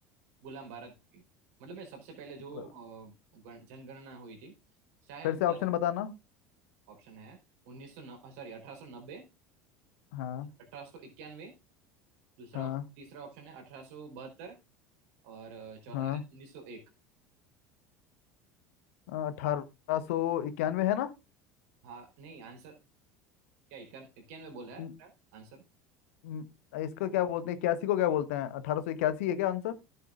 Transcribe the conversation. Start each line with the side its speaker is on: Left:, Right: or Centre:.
Right: गुलाम भारत की मतलब मैं सबसे पहले जो
Left: गु-
Right: अ, गण- जनगणना हुई थी शायद
Left: फिर से
Right: गुलाम
Left: ऑप्शन बताना
Right: ऑप्शन है उन्नीस सौ सॉरी अठारह सौ नब्बे
Left: हाँ
Right: अठारह सौ इक्यानवे दूसरा
Left: हाँ
Right: तीसरा ऑप्शन है अठारह सौ बहत्तर और अ, चौथा
Left: हाँ
Right: है उन्नीस सौ एक
Left: अठारह सौ इक्यानवे है ना
Right: हाँ नहीं आंसर क्या इक्यान इक्यानवे बोला है
Left: म-
Right: तेरा आंसर
Left: म- इसको क्या बोलते हैं इक्यासी को क्या बोलते हैं अठारह सौ इक्यासी है क्या आंसर